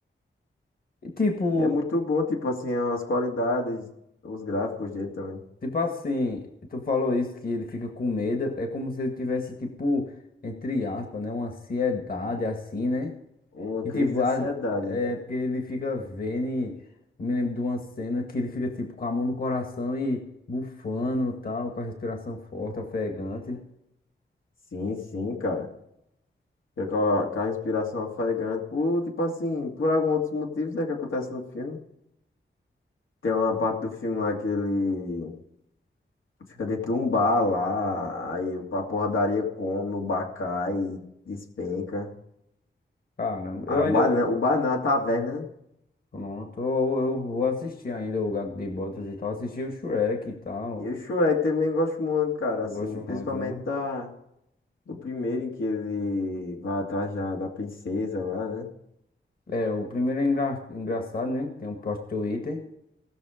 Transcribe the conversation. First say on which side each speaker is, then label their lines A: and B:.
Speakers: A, on the left; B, on the left.
A: E tipo,
B: E é muito bom, tipo assim, as qualidades, os gráficos dele também.
A: tipo assim, tu falou isso que ele fica com medo, é como se ele tivesse, tipo, entre aspas, né? Uma ansiedade assim, né?
B: Uma
A: E
B: crise
A: tipo,
B: de ansiedade.
A: as- é porque ele fica vendo e eu me lembro de uma cena que ele fica, tipo, com a mão no coração e bufando tal, com a respiração forte, ofegante.
B: Sim, sim, cara. Fica Com a, com a respiração ofegante, por, tipo assim, por alguns outros motivos, né, que acontece no filme. Tem uma parte do filme lá que ele Fica dentro de um bar lá, aí a porradaria come, o bar cai, despenca.
A: Caramba,
B: Aí
A: eu
B: o
A: ainda.
B: bar, não- o bar não, a taverna. né?
A: Pronto, eu eu vou assistir ainda o Gato de Botas e tal, assistir o Shrek e tal.
B: E o Shrek também gosto muito, cara,
A: Eu
B: assim,
A: gosto
B: principalmente
A: muito, né?
B: da, do primeiro em que ele vai atrás da, da princesa lá, né?
A: É, o primeiro é engra- engraçado, né? Tem um plot Twitter.